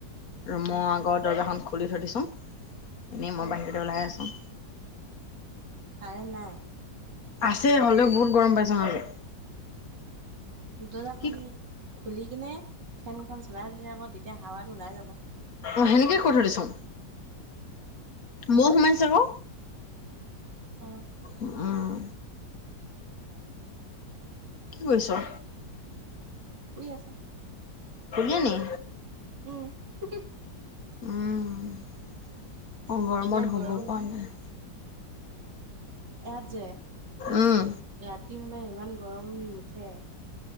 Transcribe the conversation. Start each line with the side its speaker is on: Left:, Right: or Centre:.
Left: ৰুমৰ
Right: অ
Left: আগৰ দৰ্জাখন খুলি থৈ দিছোং এনেই মই
Right: অ
Left: বাহিৰতে ওলাই আছোং
Right: কাৰেণ্ট নাই
Left: আছে হ'লেও বহুত গৰম পাইছোঁ আজি
Right: দৰ্জাখন
Left: কি
Right: খুলি কিনে ফেনখন চলাই থৈ দে ক তেতিয়া হাৱাটো ওলাই যাব
Left: অ, সেনেকে কৈ থৈ দিচুং।
Right: অ
Left: মৌ সোমাইছে ক
Right: অ
Left: উম, কি কৰিছ?
Right: শুই আছোং
Left: শুলিয়ে নিকি
Right: উম, হোমহ
Left: উমহ, মই গৰমত
Right: এতিয়া
Left: শুব
Right: গৰম
Left: পৰা নাই
Right: এয়াত যে
Left: উম
Right: ৰাতি হ'লে ইমান গৰম নুঠে